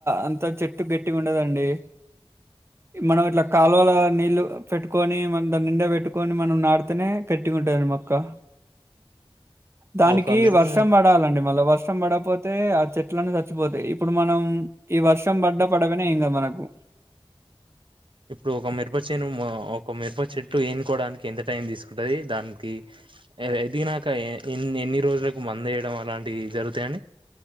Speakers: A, on the right; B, on the right.
A: అంత చెట్టు గట్టిగా ఉండదండి మనం ఇట్లా కాలువలో నీళ్ళు పెట్టు కొని మనం దా నిండా పెట్టుకొని మనం నాడుతేనే కట్టిగా ఉంటుంది మొక్క దానికి
B: ఒక మిరప
A: వర్షం పడాలండి మళ్ళ వర్షం పడపోతే ఆ చెట్ ట్లన్నీ చచ్చిపోతాయి ఇప్పుడు మనం ఈ వర్షం పడ్డ పడక పోయిన ఏం కాదు మనకు
B: ఇప్పుడు ఒక మిరప చెను ఒక మిరప చెట్టు ఎన్నకోవడానికి ఎంత టైం తీసుకుంటుంది దానికి ఎదిగినాక ఎ ఎన్ని రోజులకు మందు ఏయడం అలాంటివి జరుగుతాయండి